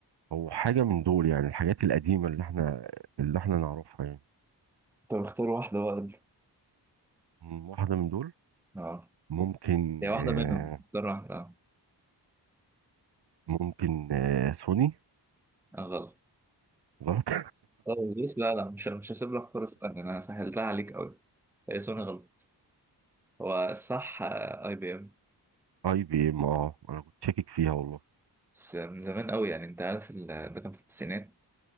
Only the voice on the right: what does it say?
او حاجة من دول يعني الحاجات القديمة اللي احنا اللي احنا نعرفها يعني
مم، واحدة من دول
ممكن
آه
ممكن آه سوني
غلط
<laughs> اي بي ام اه انا كنت شاكك فيها والله